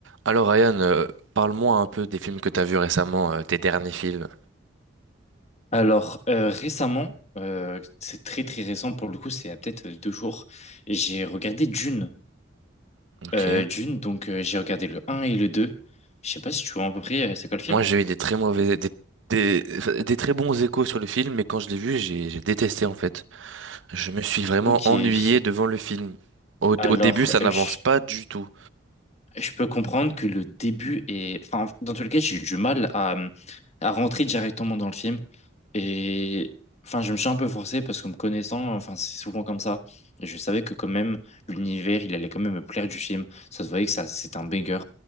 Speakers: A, on the right; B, on the left.
A: Alors Ryan, euh, parle-moi un peu des films que t'as vus récemment, euh, tes derniers films.
B: Alors, euh, récemment, euh, c'est très très récent pour le coup, c'est à peut-être euh, deux jours, et j'ai regardé Dune.
A: Ok.
B: Euh, Dune, donc euh, j'ai regardé le un et le 2. Je sais pas si tu vois à peu près, euh, c'est quoi le film?
A: Moi j'ai eu des très mauvais, des, des, enfin, des très bons échos sur le film, mais quand je l'ai vu, j'ai, j'ai détesté en fait. Je me suis vraiment
B: Ok.
A: ennuyé devant le film. Au,
B: Alors,
A: au début, ça n'avance
B: euh, je
A: pas du tout.
B: Je peux comprendre que le début est... Enfin, dans tous les cas, j'ai eu du mal à, à rentrer directement dans le film. Et enfin, je me suis un peu forcé parce que me connaissant, enfin, c'est souvent comme ça. Et je savais que quand même, l'univers, il allait quand même me plaire du film. Ça se voyait que ça, c'était un banger.